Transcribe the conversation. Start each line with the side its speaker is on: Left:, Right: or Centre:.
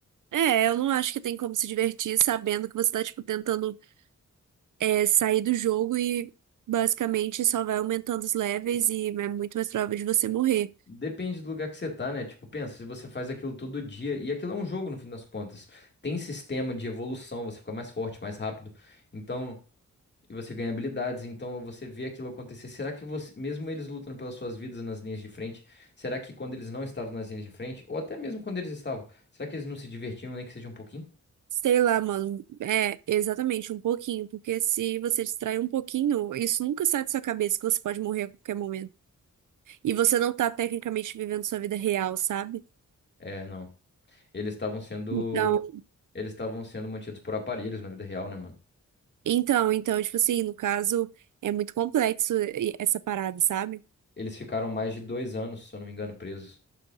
Right: É, eu não acho que tem como se divertir sabendo que você tá, tipo, tentando é, sair do jogo e basicamente só vai aumentando os levels e é muito mais provável de você morrer.
Left: Depende do lugar que você tá, né? Tipo, pensa, se você faz aquilo todo dia, e aquilo é um jogo no fim das contas. Tem sistema de evolução, você fica mais forte, mais rápido. Então, e você ganha habilidades, então você vê aquilo acontecer. Será que você, mesmo eles lutando pelas suas vidas nas linhas de frente, será que quando eles não estavam nas linhas de frente, ou até mesmo quando eles estavam, será que eles não se divertiam, nem que seja um pouquinho?
Right: Sei lá, mano. É, exatamente, um pouquinho. Porque se você distrair um pouquinho, isso nunca sai da sua cabeça que você pode morrer a qualquer momento. E você não tá tecnicamente vivendo sua vida real, sabe?
Left: É, não. Eles estavam sendo,
Right: Então,
Left: eles estavam sendo mantidos por aparelhos na vida real, né, mano?
Right: então, então, tipo assim, no caso, é muito complexo e- essa parada, sabe?
Left: Eles ficaram mais de dois anos, se eu não me engano, presos.